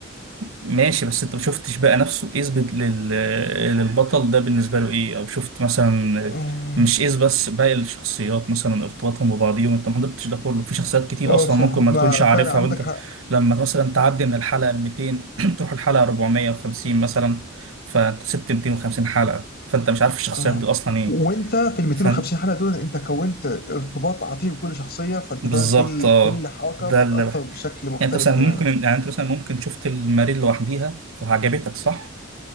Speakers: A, on the right; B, on the left.
A: ماشي بس انت ما شفتش بقى نفسه اثبت لل... للبطل ده بالنسبه له ايه او شفت مثلا
B: اه
A: مش ايز بس باقي الشخصيات مثلا ارتباطهم ببعضيهم انت ما حضرتش ده كله في شخصيات كتير
B: آه،
A: اصلا
B: صح
A: ممكن ما
B: ما
A: تكونش عارفها
B: فعلا عندك
A: وانت
B: حق
A: لما مثلا تعدي من الحلقه 200 <clears throat> تروح الحلقه 450 مثلا فانت سبت 250 حلقه فانت مش عارف الشخصيات
B: اه
A: دي اصلا ايه
B: وانت في ال 250
A: فانت
B: حلقه دول انت كونت ارتباط عاطفي بكل شخصيه فانت
A: بالظبط
B: فعلا كل
A: اه
B: كل حركه
A: ده
B: بتاثر
A: اللي بح...
B: بشكل مختلف
A: يعني انت مثلا
B: تماما
A: ممكن يعني انت مثلا ممكن شفت الماريل لوحديها فعجبتك صح